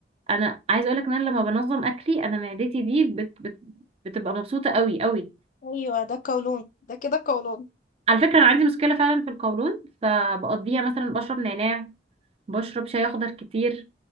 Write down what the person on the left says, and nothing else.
ايوه ده قولون ده كده قولون